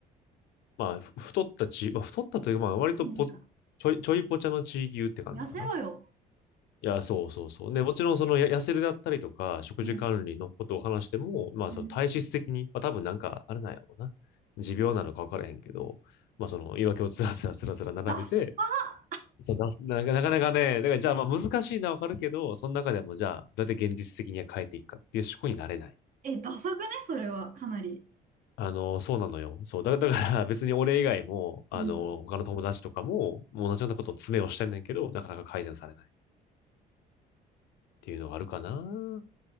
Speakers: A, on the left; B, on the right.
A: まあ、ふ太ったち、まあ、太ったというか、まあ、割とぽ、
B: なんか、
A: ちょい、ちょいぽちゃの地域牛って感じかな。
B: 痩せろよ。
A: いや、そうそうそう。ね、もちろん、その、や痩せるだったりとか、食事管理のことを話しても、
B: うん。
A: まあ、
B: うん。
A: その体質的に、まあ、多分なんか、あれなんやろうな。持病なのか分からへんけど、まあ、その、言い訳をつらつらつらつら並べて、
B: ダサー
A: そう出すな、なかなかね、だから、じゃあ、まあ、難しいのは分かるけど、その中でも、じゃあ、どうやって現実的に変えていくかっていう思考になれない。
B: え、ダサくねそれは、かなり。
A: あの、そうなのよ。そう。だ、<laughs> だから別に俺以外も、
B: うん。
A: あの、他の友達とかも、もう同じようなことを詰めをしてんねんけど、なかなか改善されないっていうのがあるかな。